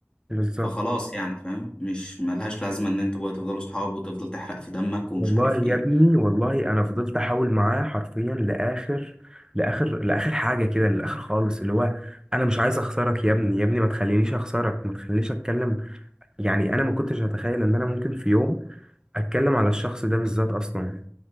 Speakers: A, on the right; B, on the left.
A: بالظبط
B: فخلاص يعني فاهم مش ملهاش لازمة ان انتوا بقى تفضلوا صحاب وتفضل تحرق في دمك ومش
A: والله
B: عارف
A: يا
B: ايه
A: ابني والله انا فضلت احاول معاه حرفيا لاخر لاخر لاخر حاجه كده للاخر خالص اللي هو انا مش عايز اخسرك يا ابني يا ابني ما تخلينيش اخسرك ما تخلينيش اتكلم يعني انا ما كنتش هتخيل ان انا ممكن في يوم اتكلم على الشخص ده بالذات اصلا